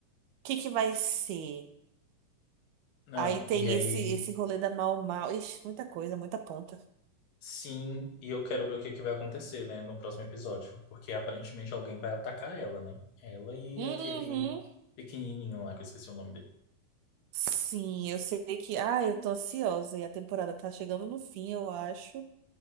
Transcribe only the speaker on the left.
Não,
e aí,
sim, e eu quero ver o que que vai acontecer, né, no próximo episódio, porque aparentemente alguém vai atacar ela, né? Ela e
aquele pequenininho lá, que eu esqueci o nome dele.